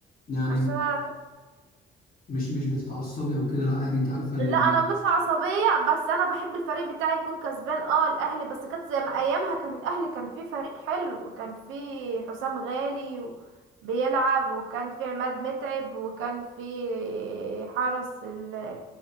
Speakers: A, on the left; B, on the right.
A: يعني
B: عشان انا
A: مش مش بتتعصبي او كده لا عادي انت عارفه اللي...
B: لا انا مش عصبيه بس انا بحب الفريق بتاعي يكون كسبان اه الاهلي بس كانت زي ما ايامها كان الاهلي كان فيه فريق حلو وكان فيه حسام غالي و- بيلعب وكان فيه عماد متعب وكان فيه حرس ال...